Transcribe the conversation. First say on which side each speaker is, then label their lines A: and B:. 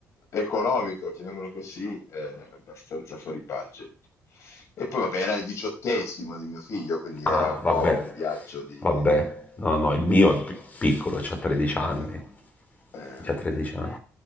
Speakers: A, on the left; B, on the left.
A: economico, chiamiamolo così, eh, abbastanza fuori budget. E poi vabbè, era il diciottesimo di mio figlio, quindi
B: Ah,
A: era un po'
B: vabbè,
A: un viaggio di...
B: vabbè. No, no, il mio è pi- piccolo, c'ha 13 anni.
A: Eh, eh,
B: C'ha 13
A: di-
B: anni.